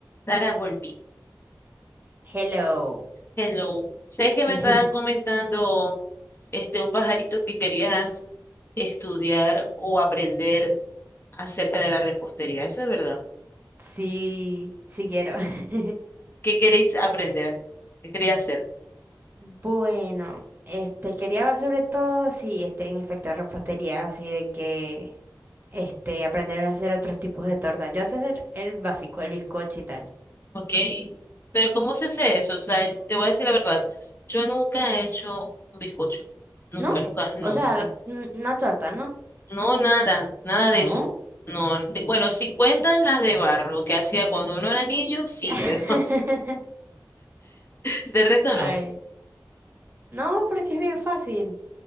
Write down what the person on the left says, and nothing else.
Dara, volví.
Hello. ¿Sabes que me
estaba comentando este un pajarito que querías estudiar o aprender acerca de la repostería? Eso es verdad.
¿Qué queréis aprender? ¿Qué quería hacer?
Ok. Pero ¿cómo se hace eso? O sea, te voy a decir la verdad. Yo nunca he hecho un bizcocho. Nunca,
nunca. No,
no.
No, nada. Nada de
eso. No. de- Bueno, si cuentan las de barro que hacía cuando uno era niño, sí,
pero <laughs> de resto
no.